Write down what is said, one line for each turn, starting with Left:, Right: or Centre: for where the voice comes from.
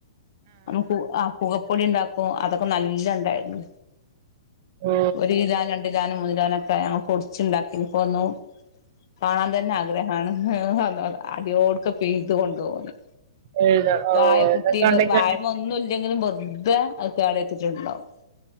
Left: നമുക്ക് ആഹ് കൂവപ്പൊടി ഉണ്ടാക്കും അതൊക്കെ നല്ല ഇണ്ടായിരുന്നു
Right: ഓ
Left: ഒരു കിലാനും രണ്ട് കിലാനും മൂന്ന് ന്ഒക്കെ ഞങ്ങ പൊടിച്ച്ണ്ടാക്കിനിപ്പോന്നും കാണാൻ തന്നെ ആഗ്രഹാണ അടിയോട്ക്കെ പ്പെയ്തു കൊണ്ട് പോന്നു
Right: എഴുത ഓ
Left: വായക്കുട്ടി
Right: ഇതൊക്കെ ഉണ്ടെങ്കി
Left: വായമേ ഒന്നും ഇല്ലെങ്കിലും വെറു ഇത് അക്കാടെ എത്തിട്ടുണ്ടാവും